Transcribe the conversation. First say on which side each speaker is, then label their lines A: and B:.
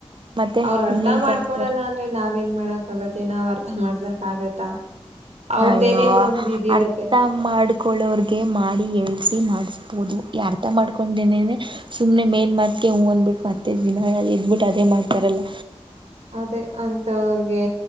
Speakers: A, on the right; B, on the right.
A: ಮತ್ತೆ
B: ಅವ್ರ ಅರ್ಥಾ
A: ಇನ್ನೇನ್
B: ಮಾಡ್ಕೊಳಲ್ಲಾ
A: ಸಮಾಚಾರ
B: ಅಂದ್ರೆ ನಾವೇನ್ ಮಾಡಕ್ ಆಗತ್ತೇ ನಾವ್ ಅರ್. ಥಾ ಮಾಡ್ಸಕ್ ಆಗತ್ತಾ. ಅವ್ರ್ದೇನೇ
A: ಅಯ್ಯೋ
B: ಒಂದ್ ಇದಿರತ್ತೆ
A: ಅರ್ಥಾ ಮಾಡ್ಕೊಳ್ಳೋರ್ವಗೆ ಮಾ. ಡಿ ಹೆಳ್ಸಿಸಿ ಮಾಡಿಸ್ಬೋದು ಈ ಅರ್ಥಾ ಮಾಡ್ಕೊಂಡೇನೇನೆ ಸುಮ್ನೆ ಮೇಲ್ಮತಗೆ ಹೂ ಅಂದ್ಬಿಟ್ಟ ಮತ್ತೆ ದಿನಾ ಎದ್ಬಿಟ್ಟು ಅದೇ ಮಾಡ್ತಾರಲ್ಲಾ.
B: ಅದೇ ಅಂತವ್ರಗೆ